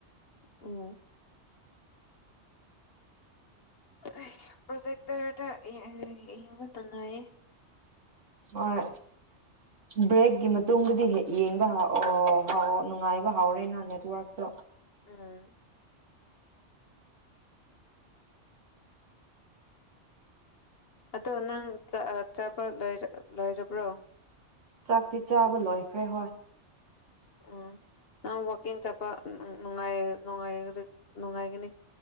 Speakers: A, on the left; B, on the right.
A: ꯎꯝ ꯑꯩ ꯄ꯭ꯔꯣꯖꯦꯛꯇꯔꯗ ꯌꯦ ꯌꯦꯡꯕ ꯇꯟꯅꯩꯌꯦ
B: ꯍꯣꯏ ꯕ꯭ꯔꯦꯛꯀꯤ ꯃꯇꯨꯡꯗꯗꯤ ꯌꯦ ꯌꯦꯡꯕ ꯍꯧ ꯍꯧ ꯍꯧꯕ ꯅꯨꯡꯉꯥꯏꯕ ꯍꯥꯎꯔꯦꯅꯥ ꯅꯦꯠꯋꯥꯔꯛꯇꯣ
A: ꯎꯝ ꯑꯗꯣ ꯅꯪ ꯆꯥ ꯑ ꯆꯠꯄ ꯂꯣꯏꯔ ꯂꯣꯏꯔꯕ꯭ꯔꯣ
B: ꯆꯥꯛꯇꯤ ꯆꯥꯕ ꯂꯣꯏꯈ꯭ꯔꯦ ꯍꯣꯏ
A: ꯎꯝ ꯅꯪ ꯋꯥꯀꯤꯡ ꯆꯠꯄ ꯅꯨꯡ ꯅꯨꯡꯉꯥꯏ ꯅꯨꯡꯉꯥꯏ ꯔ ꯅꯨꯡꯉꯥꯏꯒꯅꯤ